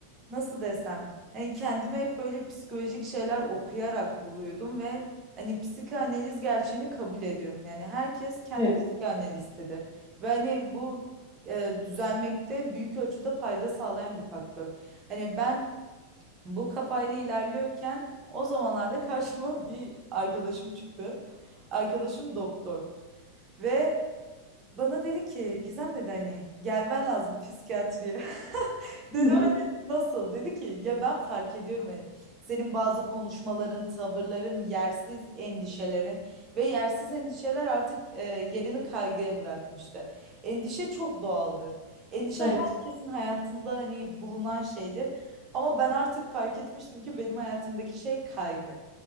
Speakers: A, on the right; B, on the left.
A: nasıl desem hani kendime hep böyle psikolojik şeyler okuyarak buluyordum ve hani psikanaliz gerçeğini kabul ediyorum. Yani herkes kendi
B: Evet.
A: psikanalistidir ve hani bu e, düzelmekte büyük ölçüde fayda sağlayan bir faktör. Hani ben bu kafayla ilerliyorken o zamanlarda karşıma <laughs> bir arkadaşım çıktı. Arkadaşım doktor ve bana dedi ki Gizem dedi hani gelmen lazım psikiyatriye. Dedim
B: Hı hı.
A: hani nasıl? Dedi ki ya ben fark ediyorum hani senin bazı konuşmaların, tavırların, yersiz endişelerin ve yersiz endişeler artık e, yerini kaygıya bırakmıştı. Endişe çok doğaldır. Endişe
B: Evet.
A: herkesin hayatında hani bulunan şeydir. Ama ben artık fark etmiştim ki benim hayatımdaki şey kaygı,